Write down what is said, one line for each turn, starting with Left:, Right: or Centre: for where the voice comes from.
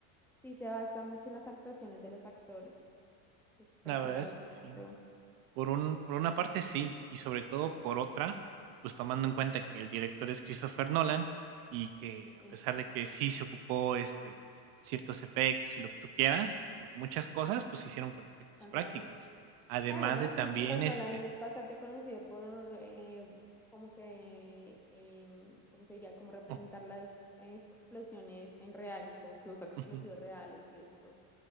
Centre: sí se basa mucho en las actuaciones de los actores, entonces por
Right: La
Centre: ese
Right: verdad
Centre: lado
Right: es
Centre: es
Right: que
Centre: bastante
Right: sí.
Centre: bueno,
Right: Por un por una parte sí, y sobre todo por otra, pues tomando en cuenta que el director es Christopher Nolan, y que a
Centre: sí,
Right: pesar de que sí se ocupó, este, ciertos efectos y lo que tú quieras, pues muchas cosas, pues se hicieron con efectos
Centre: son
Right: prácticos.
Centre: reales.
Right: Además
Centre: Claro, ¿no?
Right: de también,
Centre: Christopher Nolan
Right: este,
Centre: es bastante conocido por eh, como que, em, ¿cómo se diría? Como representar
Right: ocu
Centre: las eh, explosiones en real, como que usa explosivos
Right: ujú,
Centre: reales y esto,